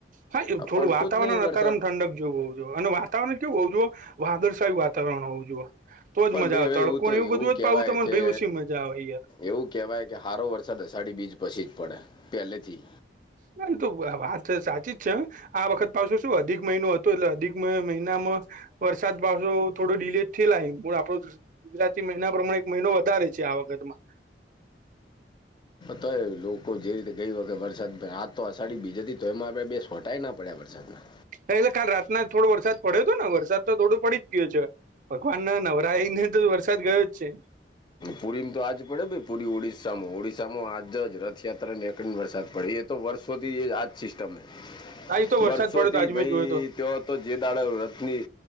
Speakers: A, on the right; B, on the left.
A: હા એ
B: આ
A: થોડું
B: પડતો
A: વાતાવરણ
B: જ નહીં
A: અત્યારેમ
B: વરસાદ
A: ઠંડક, જો હોઉ જો અને વાતાવરણ કેવું હોઉું જોએ વાદળછાયી વાતાવરણ હોવું જોએ. તોજ
B: પણ
A: મજા
B: ભાઈ
A: આવે
B: હવે
A: તડકો
B: તો
A: ને એવું બધું જ
B: કહેવાય
A: પાવું તને
B: કે
A: ભાઈ ઉછી મજા આવે યાર,
B: એવું કહેવાય કે હારો વરસાદ અષાઢી બીજ પછી જ પડે પહેલેથી.
A: ના તો વાત સાચી જ છે. આ વખત પાશે શું અધિક મહિનો હતો એટલે અધિક મહિનામાં. વરસાદ પાસો થોડો ડીલે થયે પણ આપડો. ગુજરાતી મહિના પ્રમાણે એક મહિનો વધારે છે આ વખતમાં.
B: તો એ લોકો જે રીતે ગઈ વખત વરસાદ આ તો અષાઢી બીજાથી તો એમાં આપડ બેસોટા ના પડ્યા વરસાદમાં.
A: એટલે ખાલ રાતના થોડો વરસાદ પડ્યો હતો ને વરસાદ તો થોડો પડી જ ગયો છે. ભગવાન ના નવરાઈ ને તો વરસાદ ગયો જ છે.
B: પુરી ને તો આજ પડે પુરી ઓડિશામાં ઓડિશામાં આજ જ રથયાત્રાને કન વરસાદ પડી એ તો વર્ષોથી આજ સિસ્ટમ છે,
A: હા એ તો વરસાદ
B: વર્ષોથી
A: પડ્યો તો આજે
B: ભાઈ
A: મેં જોયો હતો
B: તો તો જે દાળે રથની